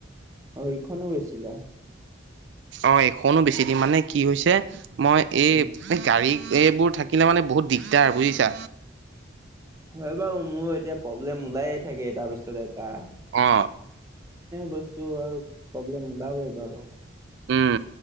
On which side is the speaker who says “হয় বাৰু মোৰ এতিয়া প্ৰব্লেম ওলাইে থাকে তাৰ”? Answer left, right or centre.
Right